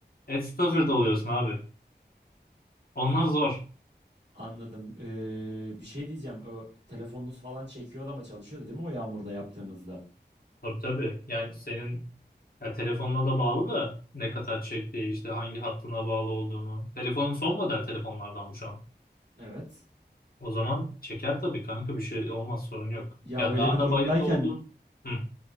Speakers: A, on the left; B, on the right.
A: Ed Stafford oluyorsun abi. Onlar zor.
B: Anladım. Ee, bir şey diyeceğim. O telefonunuz falan çekiyordu ama çalışıyordu değil mi o yağmurda yaptığınızda?
A: Tabii tabii. Yani senin Ya telefonla da bağlı da ne kadar çektiği işte hangi hattına bağlı olduğunu. Telefonun son model telefonlardan bu şu an.
B: Evet.
A: O zaman çeker tabii kanka bir şey olmaz sorun yok.
B: Ya
A: Ya
B: öyle
A: dağda
B: bir durumdayken
A: bayırda oldun. Hı.